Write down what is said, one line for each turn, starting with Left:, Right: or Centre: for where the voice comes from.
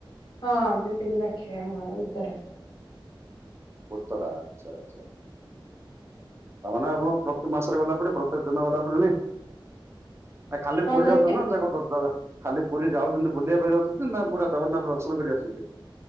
Left: ହଁ ପିଲିଲି ପାଖରେ ଆମ ଘର ଉତ୍ତରା।
Right: ଉତ୍ତରା ଆଚ୍ଛା ଆଚ୍ଛା ତାମାନେ ଆପଣ ପ୍ରତି ମାସରେ ଗଲା ପରେ ପ୍ରତ୍ୟେକ ଦିନ ଗଲା ପରେ ନାଇଁ ଆ ଖାଲି
Left: କଣ
Right: ପୁରି
Left: କହିଲେ?
Right: ଯାଉ <unintelligible> ଖାଲି ପୁରୀ ଯାଉଛନ୍ତି ବୁଲିବା ପାଇଁ ଯାଉଛନ୍ତି ନା ପୁରା ଜଗନ୍ନାଥ ଦର୍ଶନ କରି ଆସଛନ୍ତି